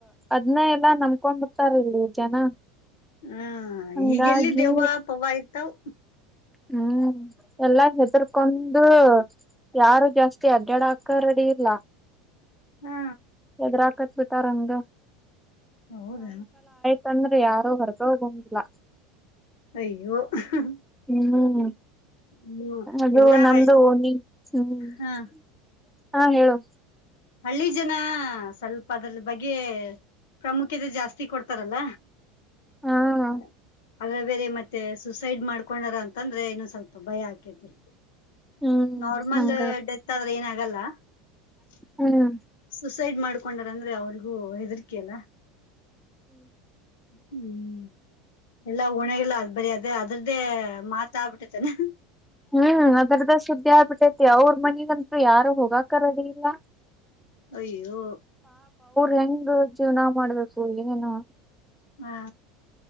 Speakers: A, in the centre; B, on the left.
A: ಅದ್ನ್ನ ಎಲ್ಲ ನಮಕೊಂಡ್ ತರ್ ಇಲ್ಲಿ ಜನ
B: ಹಾ
A: ಹಂಗಾಗಿ
B: ಈಗೆಲ್ಲಿ ದೇವ್ ಪವ ಇತಾವ
A: ಹ್ಮ್ ಎಲ್ಲಾ ಹೆದರ್ಕೊಂಡು ಯಾರು ಜಾಸ್ತಿ ಅಡ್ಡಡ ಹಾಕ ರೆಡಿ ಇಲ್ಲ
B: ಹಾ
A: ಎದರಾಕತ್ಟ್ಟ ತರಂಗ
B: ಹೌದ
A: ತಂದ್ರೆ ಯಾರೋ ಹೊರ್ಗ ಹೋಗಂಗಿಲ್ಲ
B: ಅಯ್ಯೋ <unintelligible>
A: ಹ ಹ್ಮ್
B: ಹ್ಮ್
A: ಅದು
B: ಎಲ್ಲಾ
A: ನಮ್ದು
B: ಹಳ್ಳಿ
A: ನೀ ಹ್ಮ್
B: ಹಾ
A: <unintelligible> ಹಾ ಹೇಳು
B: ಹಳ್ಳಿ ಜನ ಸ್ವಲ್ಪ ಅದ್ರ ಬಗ್ಗೆ ಪ್ರಾಮುಖ್ಯತೆ ಜಾಸ್ತಿ ಕೊಡ್ತಾರಲ್ಲ
A: ಹಾ
B: ಅದ <unintelligible> ಅ್ರ ಬೇರೆ ಮತ್ತೆ ಸೂಸೈಡ್ ಮಾಡ್ಕೊಂಡಾರ ಅಂತಂದ್ರೆ ಇನ್ನು ಸ್ವಲ್ಪ ಭಯ ಆಕೇತಿ
A: ಹ್ಮ್
B: ನಾರ್ಮಲ್
A: ಹಂಗ
B: ಡೆತ್ ಆದ್ರೆ ಏನ ಆಗಲ್ಲ <unintelligible>
A: ಹ್ಮ್
B: ಸುಸೈಡ್ ಮಾಡ್ಕೊಂಡಾರ ಅಂದ್ರೆ ಅವ್ರಿಗೂ ಹೆದರಿಕೆಲ್ಲ ಹ್ಮ್. ಎಲ್ಲಾ ಒಣಗಿಲ್ಲ ಅದ್ ಬರಿ ಅದೇ ಅದ್ರ್ದೇ ಮಾತ ಆಬಿಟ್ಟತ್ತನಾ.
A: ಹ್ಮ್ ಅದ್ರದ ಸುದ್ದಿ ಆಗ್ಬಿಟ್ಟೈತಿ ಅವ್ರ ಮನಗಂತೂ ಯಾರು ಹೋಗಾಕ ರೆಡಿ ಇಲ್ಲ.
B: ಅಯ್ಯೋ
A: ಹೆಂಗ್ ಜೀವನ ಮಾಡಬೇಕು ಏನೇನು
B: ಹಾ